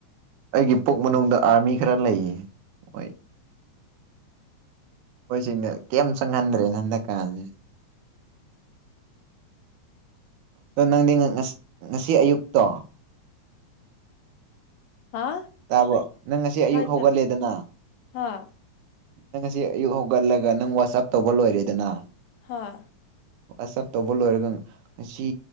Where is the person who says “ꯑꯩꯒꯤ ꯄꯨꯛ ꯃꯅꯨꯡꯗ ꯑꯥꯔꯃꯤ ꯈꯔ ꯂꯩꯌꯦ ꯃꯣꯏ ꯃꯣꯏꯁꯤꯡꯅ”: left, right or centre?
Right